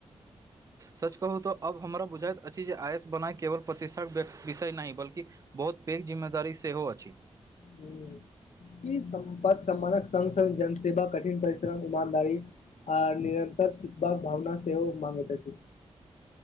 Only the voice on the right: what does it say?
सच कहू तऽ अब हमरा बुझाइत अछि जे आइ एस बनाई केवल प्रतिष्ठाक विषय नहि बल्कि बहुत पैघ जिम्मेदारी सेहो अछि